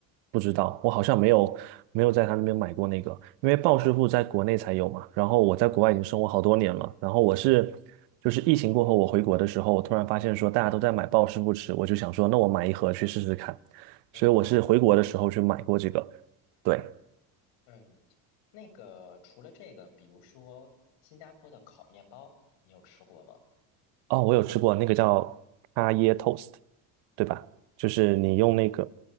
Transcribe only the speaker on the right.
不知道，我好像没有没有在他那边买过那个，因为鲍师傅在国内才有嘛，然后我在国外已经生活好多年了，
然后我是就是疫情过后我回国的时候，我突然发现说大家都在买鲍师傅吃，
我就想说那我买一盒去试试看，
所以我是回国的时候去买过这个。对。
哦，我有吃过那个叫咖椰 toast，对吧？就是你用那个，